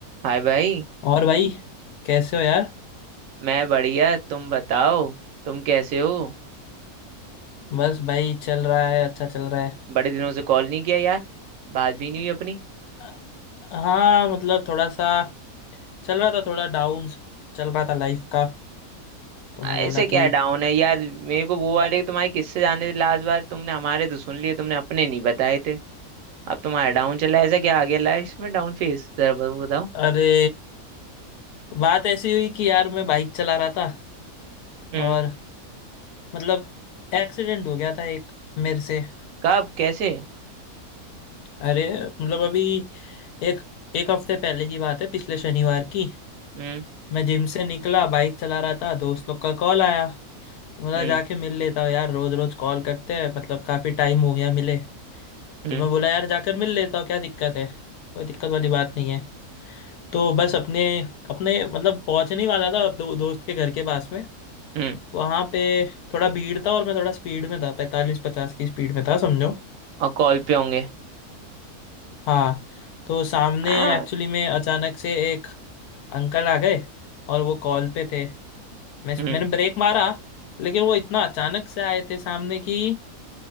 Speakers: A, on the right; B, on the left.
A: हाय भाई
B: और भाई कैसे हो यार
A: मैं बढ़िया तुम बताओ तुम कैसे हो
B: बस भाई चल रहा है अच्छा चल रहा है
A: बड़े दिनों से कॉल नहीं किया यार बात भी नहीं हुई अपनी
B: अ- हाँ मतलब थोड़ा सा चल रहा था थोड़ा डाउन चल रहा था लाइफ का तो
A: ऐसे
B: मैं बोला
A: क्या
B: कि
A: डाउन है यार मेरे को वो वाले तुम्हारे किससे जाने थे लास्ट बार तुमने हमारे तो सुन लिए तुमने अपने नहीं बताए थे अब तुम्हारा डाउन चला है, ऐसा क्या आ गया लाइफ में डाउन फेस जरा ब- बताओ
B: अरे बात ऐसी हुई कि यार मैं बाइक चला रहा था
A: हम्म
B: और मतलब एक्सीडेंट हो गया था एक मेरे से
A: कब कैसे
B: अरे मतलब अभी एक एक हफ्ते पहले की बात है पिछले शनिवार की
A: हम्म
B: मैं जिम से निकला बाइक चला रहा था दोस्त लोग का कॉल आया बोला
A: हम्म
B: जाके मिल लेता हूँ यार रोज रोज कॉल करते हैं मतलब काफी टाइम हो गया मिले
A: हम्म
B: तो मैं बोला यार जाकर मिल लेता हूँ क्या दिक्कत है कोई दिक्कत वाली बात नहीं है तो बस अपने अपने मतलब पहुंचने ही वाला था दो, दोस्त के घर के पास में
A: हम्म
B: वहां पे थोड़ा भीड़ था और मैं थोड़ा स्पीड में था पैंतालीस पचास की स्पीड में था समझो
A: और कॉल पे होंगे
B: हाँ तो सामने
A: आ,
B: एक्चुअली में अचानक से एक अंकल आ गए और वो कॉल पे थे मैं
A: हम्म
B: मैंने ब्रेक मारा लेकिन वो इतना अचानक से आए थे सामने कि